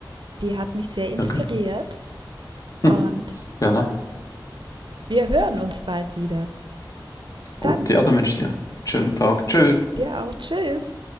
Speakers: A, on the right; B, on the left.
A: Die hat mich sehr inspiriert.
B: sehr gern. <laughs>
A: Und
B: Gerne.
A: wir hören uns bald wieder. Bis
B: Gut,
A: dann.
B: ja, dann wünsche ich dir einen schönen Tag. Tschüss.
A: Dir auch. Tschüss.